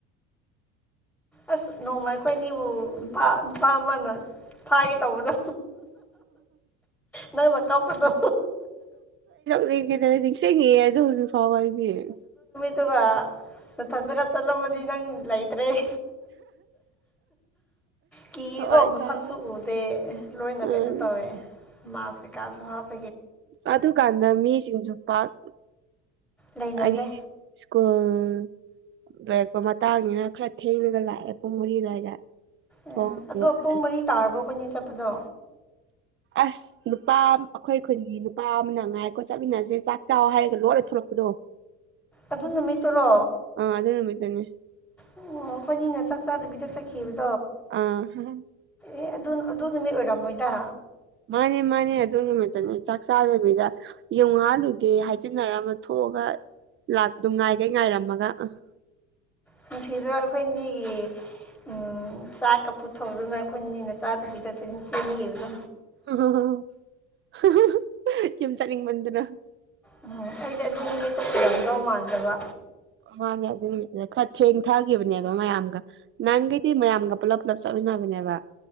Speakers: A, in the centre; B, on the right.
A: ꯑꯥꯁ ꯅꯣꯡꯃ ꯑꯩꯈꯣꯏꯅꯤꯕꯨ ꯅꯨꯄꯥ ꯅꯨꯄꯥ ꯑꯃꯅ ꯐꯥꯒꯦ ꯇꯧꯕꯗꯣ ꯅꯪꯅ ꯀꯞꯄꯗꯣ
B: ꯀꯔꯤꯒꯤꯔꯥ ꯅꯤꯁꯤꯡꯉꯤꯌꯦ ꯑꯗꯨ ꯍꯋꯥꯏꯗꯤ
A: ꯑꯗꯨꯒ ꯅꯊꯟꯗꯒ ꯆꯠꯂꯝꯃꯗꯤ ꯅꯪ ꯂꯩꯇ꯭ꯔꯦ ꯀꯤꯌꯦꯀꯣ
B: ꯍꯋꯥꯏ
A: ꯃꯁꯛꯁꯨ
B: ꯊꯔꯦ
A: ꯎꯗꯦ ꯂꯣꯏꯅ
B: ꯎꯝ
A: ꯀꯩꯅꯣ ꯇꯧꯋꯦ ꯃꯥꯛꯁ ꯀꯩ ꯀꯥꯁꯨ ꯍꯥꯞꯄꯤ
B: ꯑꯗꯨꯀꯥꯟꯗ ꯃꯤꯁꯤꯡꯁꯨ ꯄꯥꯛ
A: ꯂꯩꯅꯗꯦ
B: ꯑꯩꯒꯤ ꯁ꯭ꯀꯨꯜ ꯎꯝ ꯂꯩꯔꯛꯄ ꯃꯇꯥꯡꯅꯤꯅ ꯈꯔ ꯊꯦꯡꯉꯒ ꯂꯥꯛꯑꯦ ꯄꯨꯡ ꯃꯔꯤ ꯑꯗꯨꯋꯥꯏꯗ
A: ꯎꯝ
B: ꯊꯣꯡ
A: ꯑꯗꯣ
B: ꯂꯣꯜꯂꯦ
A: ꯄꯨꯡ ꯃꯔꯤ ꯇꯥꯔꯕ꯭ꯔꯣ ꯑꯩꯈꯣꯏꯅꯤ ꯆꯠꯄꯗꯣ
B: ꯑꯁ ꯅꯨꯄꯥ ꯑꯩꯈꯣꯏ ꯈꯨꯟꯒꯤ ꯅꯨꯄꯥ ꯑꯃꯅ ꯉꯥꯏꯀꯣ ꯆꯠꯃꯤꯟꯅꯁꯦ ꯆꯥꯛ ꯆꯥꯎ ꯍꯥꯏꯔꯒ ꯂꯣꯏꯔ ꯊꯂꯛꯄ ꯄꯗꯣ
A: ꯑꯗꯨ ꯅꯨꯃꯤꯠꯇꯨꯔꯣ
B: ꯑꯗꯨ ꯅꯨꯃꯤꯠꯇꯅꯦ
A: ꯑꯣ ꯑꯩꯈꯣꯏꯅꯤꯅ ꯆꯥꯛ ꯆꯥꯗꯕꯤꯗꯠ ꯆꯠꯈꯤꯕ
B: ꯑꯤ ꯍꯥꯍꯥ
A: ꯑꯦ ꯑꯗꯨ ꯑꯗꯨ ꯅꯨꯃꯤꯠ ꯑꯣꯏꯔꯝꯃꯣꯏꯗ
B: ꯃꯅꯦ ꯃꯅꯦ ꯑꯗꯨ ꯅꯃꯤꯠꯇꯅꯦ ꯆꯥꯀ ꯆꯥꯗꯕꯤꯗ ꯌꯨꯡ ꯍꯥꯜꯂꯨꯒꯦ ꯒꯦ ꯍꯥꯏꯖꯤꯟꯅꯔꯝꯃ ꯊꯣꯛꯑꯒ ꯂꯥꯛꯇꯨ ꯉꯥꯏꯈꯩ ꯉꯥꯏꯔꯝꯃꯒ ꯑꯥ
A: ꯅꯨꯨꯡꯁꯤꯗ꯭ꯔ ꯑꯩꯈꯣꯏ ꯅꯤꯒꯤ ꯎꯝ ꯆꯥꯛꯀ ꯄꯨꯊꯣꯛꯗꯨꯅ ꯑꯩꯈꯣꯏꯅꯤꯅ ꯆꯥꯗꯕꯤꯗ ꯆꯦꯟꯈꯤꯕꯗꯣ
B: ꯍꯦꯍꯦ ꯍꯤꯍꯤꯍꯤ ꯌꯨꯝ ꯆꯠꯅꯤꯡꯃꯟꯗꯅ
A: ꯎꯝ ꯑꯩꯗꯤ ꯑꯗꯨ ꯅꯨꯃꯤꯠꯇꯨ ꯀꯨꯏꯔꯝꯗꯧ ꯃꯥꯟꯗꯕ
B: ꯃꯥꯅꯦ ꯑꯗꯨ ꯅꯨꯃꯤꯠ ꯈꯔ ꯊꯦꯡꯊꯥꯈꯤꯕꯅꯦꯕ ꯃꯌꯥꯝꯒ ꯅꯪꯒꯤꯗꯤ ꯃꯌꯥꯝꯒ ꯄꯨꯂꯞ ꯄꯨꯂꯞ ꯆꯠꯂ ꯁꯅꯕꯅꯦꯕ